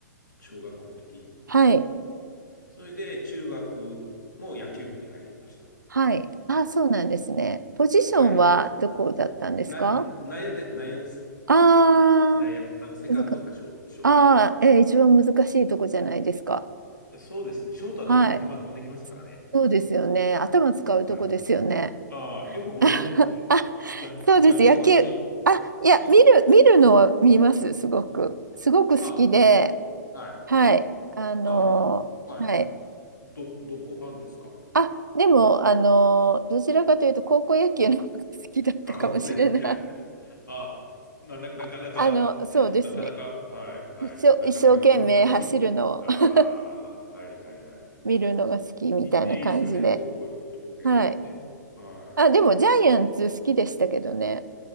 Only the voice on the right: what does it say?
はい、
はい。ああ、そうなんですね。ポジションはどこだったんですか
ああー、
難か
ああ、えー一番難しいとこじゃないですか。
はい。そうですよね。頭使うとこですよね。
<laughs> あ、
そうです。
野球。あ、いや、
見る、見るのは見ます。すごく。すごく好きで。
はい。あのーはい。
あ、でも、あのーどちらかというと、高校野球の方が好きだったかもしれない。
<laughs> あの、そうですね。
一生、
一生懸命走るのを
<laughs>
見るのが好きみたいな感じで。
はい。
あ、でも、ジャイアンツ好きでしたけどね。